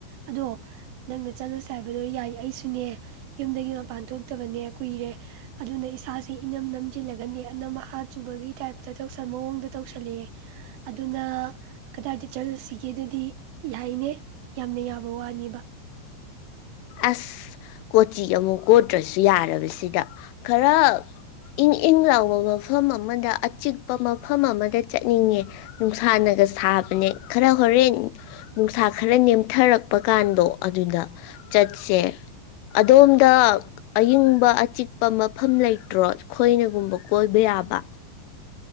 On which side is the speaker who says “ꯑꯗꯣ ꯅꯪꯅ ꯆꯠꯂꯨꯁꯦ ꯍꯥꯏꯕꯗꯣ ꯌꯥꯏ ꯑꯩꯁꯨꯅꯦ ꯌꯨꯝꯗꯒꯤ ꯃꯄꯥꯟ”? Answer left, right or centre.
Right